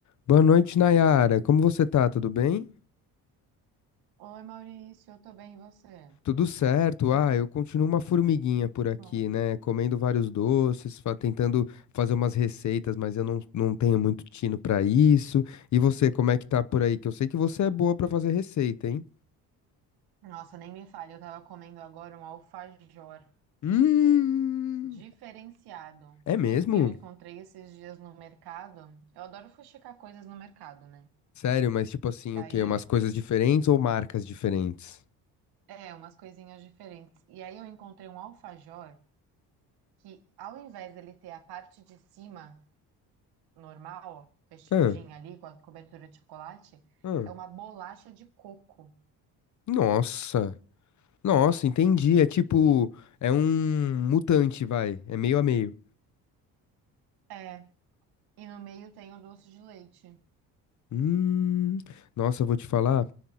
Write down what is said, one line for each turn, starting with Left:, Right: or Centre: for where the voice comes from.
Left: Boa noite, Nayara. Como você tá? Tudo bem?
Right: Oi, Maurício, eu tô bem, e você?
Left: Tudo certo. Ah, eu continuo uma formiguinha por aqui,
Right: Bom,
Left: né? Comendo vários doces, fa- tentando fazer umas receitas, mas eu não, não tenho muito tino pra isso. E você, como é que tá por aí? Que eu sei que você é boa pra fazer receita, hein?
Right: Nossa, nem me fale, eu tava comendo agora um alfajor
Left: Hum,
Right: diferenciado.
Left: é mesmo?
Right: Eu, eu encontrei esses dias no mercado. Eu adoro fuxicar coisas no mercado, né?
Left: Sério, mas tipo assim,
Right: E
Left: o
Right: aí,
Left: quê? Umas coisas diferentes ou marcas diferentes?
Right: é, umas coisinhas diferentes. E aí eu encontrei um alfajor que, ao invés dele ter a parte de cima normal, fechadinha
Left: Ah,
Right: ali, com a cobertura de chocolate,
Left: ah.
Right: é uma bolacha de coco.
Left: Nossa. Nossa, entendi. É tipo,
Right: Sim.
Left: é um mutante, vai. É meio a meio.
Right: É, e no meio tem o doce de leite.
Left: Hum, nossa, eu vou te falar.